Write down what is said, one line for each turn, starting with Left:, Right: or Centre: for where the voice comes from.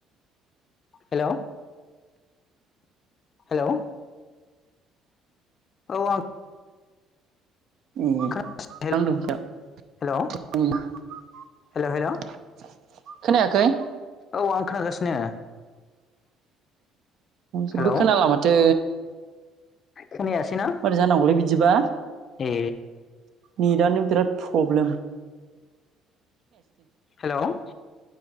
Left: हेल'? हेल'? औ आं
Right: ओम
Left: खोनागासिनो
Right: नांदों <unintelligible>
Left: हेलौ हेलौ हेलौ
Right: खोनायाखै?
Left: औ आं खोनागासिनो।
Right: जेबो
Left: हेलौ
Right: खोनाला माथो।
Left: खोनायासैना
Right: मारै जानांगौलै बिदिबा
Left: ए
Right: नेटानो बिराद प्रब्लेम
Left: हेल'?